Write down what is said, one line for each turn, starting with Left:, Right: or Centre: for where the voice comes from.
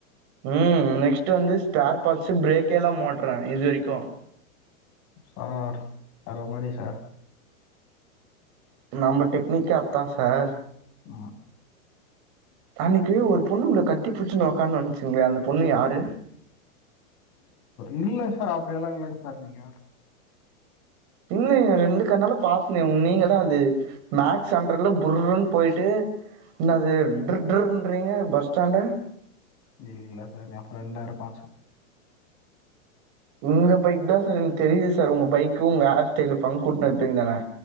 Right: ம் நெக்ஸ்ட் வந்து ஸ்பேர் பார்ட்ஸ் பிரேக்கே இல்லாம ஒட்றே இது வரைக்கும்
Left: சார் வேற மாரி சார்
Right: நம்ம டெக்னிக்கே அத்தா சார்
Left: ம்.
Right: அன்னைக்கு ஒரு பொண்ணு உங்கள கட்டி புடுச்சுனு ஒக்காந்து வந்துச்சிங்களே அந்த பொண்ணு யாரு
Left: இல்ல சார் அப்டியெல்லா இல்லைங் சார் நீங்க வேற
Right: இல்லைங்க ரெண்டு கண்ணாலே பாத்தேனே நீங்க தா அது மேக்ஸ் ஹண்டர்ல புர்ருன்னு போயிட்டு என்ன அது ட்ர்டிர்ன்றீங்க பஸ் ஸ்டாண்ட
Left: இல்ல சார் என்ஃபிரெண்டா இருப்பா சார்
Right: உங்க பைக் தா சார் எனக்கு தெரியுது சார் உங்க பைக்கு உங்க ஹேர் ஸ்டைல் பங்க் உட்னு இருப்பீங்க தானே